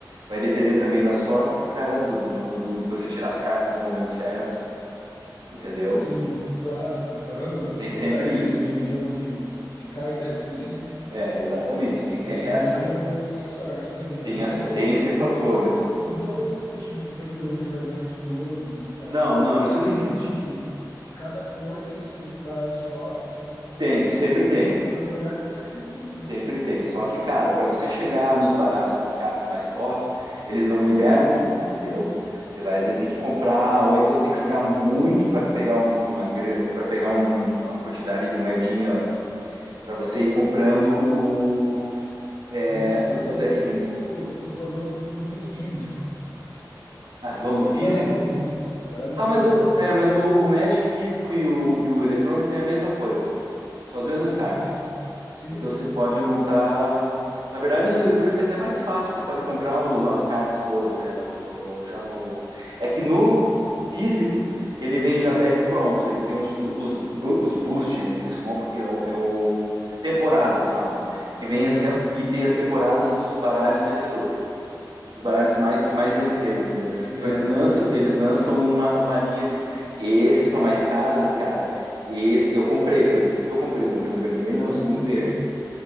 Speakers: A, on the right; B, on the left.
A: Vai depender também da sorte, cara, do, do, do- do- de você tirar as cartas no momento certo, entendeu?
B: Sim, claro. aham. Eu tô-
A: Tem
B: ba-
A: sempre
B: ba- é, Jogo
A: isso.
B: de, jogo de, de carta é assim, né?
A: É, exatamente. Tem
B: Tem
A: é-
B: sempre
A: é essa,
B: o- a sorte também,
A: tem,
B: mas não
A: essa-
B: tô falando,
A: tem esse fator,
B: não tô falando,
A: né?
B: se- não tô falando no sentido que vai ter um que vai ganhar de todos e tal,
A: Não,
B: tudo mais.
A: não, isso
B: Eu tô
A: não existe.
B: falando que assim que de cada cor tem seus baralhos top que você, se
A: Tem,
B: você
A: sempre
B: quiser,
A: tem.
B: você, você dá uma olhada e faz em cima,
A: Sempre
B: né?
A: tem. Só que, cara, para você chegar nos baralhos, nas cartas mais tops, eles não liberam tudo, entendeu? Você vai, às vezes, tem que comprar, ou então você tem que jogar muito para pegar um, uma, para pegar um- uma quantidade de moedinha para você ir comprando o é,
B: Mas isso eu
A: os,
B: tô falando,
A: os deckzinhos.
B: o- eu tô falando no, no físico,
A: Ah, você tá falando físico?
B: baralho físico, baralho
A: Ah,
B: físico,
A: mas, o,
B: aham.
A: é, mas o, o Magic físico e o, e o eletrônico é a mesma coisa. São as mesmas
B: Justamente.
A: cartas.
B: Sim,
A: Então você
B: aham.
A: pode montar. Na verdade, no eletrônico é até mais fácil, que você pode comprar o- as cartas todas, né? No, no- no- já no. É que no físico ele vem já deck
B: É,
A: prontos. Ele tem os, os, bu- os boost, né? Que eles compram, que é o, é o temporada, eles falam. Que vem
B: Aham.
A: assim, e tem as temporadas dos baralhos vencedores. Os baralhos mais- que mais venceram, entendeu?
B: Legal,
A: Então eles lançam,
B: né?
A: eles lançam uma, uma linha disso. Esses são mais caros, mas, cara, esse eu comprei, foi esses que eu comprei. Comprei um vermelho,
B: Ah,
A: um azul e um verde.